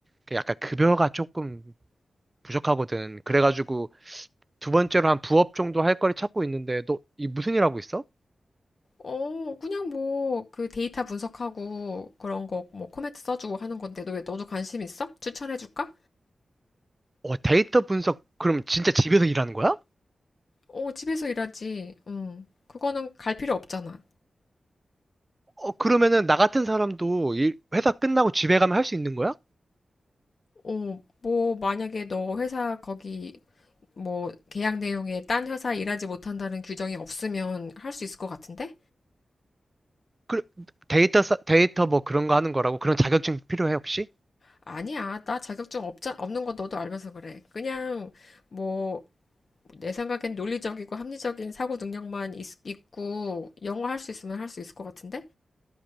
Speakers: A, on the right; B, on the left.
A: 그 약간 급여가 조금 부족하거든. 그래가지고 두 번째로 한 부업 정도 할 거를 찾고 있는데 너 이 무슨 일 하고 있어?
B: 어, 그냥 뭐 그 데이터 분석하고 그런 거 뭐 코멘트 써주고 하는 건데 너 왜 너도 관심 있어? 추천해줄까?
A: 어, 데이터 분석 그럼 진짜 집에서 일하는 거야?
B: 어, 집에서 일하지. 응. 그거는 갈 필요 없잖아.
A: 어, 그러면은 나 같은 사람도 일, 회사 끝나고 집에 가면 할 수 있는 거야?
B: 어, 뭐, 만약에 너 회사 거기, 뭐, 계약 내용에 딴 회사 일하지 못한다는 규정이 없으면 할 수 있을 것 같은데?
A: 그 데이터 사- 데이터 뭐 그런 거 하는 거라고 그런 자격증 필요해 혹시?
B: 아니야. 나 자격증 없자, 없는 거 너도 알면서 그래. 그냥, 뭐, 내 생각엔 논리적이고 합리적인 사고 능력만 있, 있고, 영어 할 수 있으면 할 수 있을 것 같은데?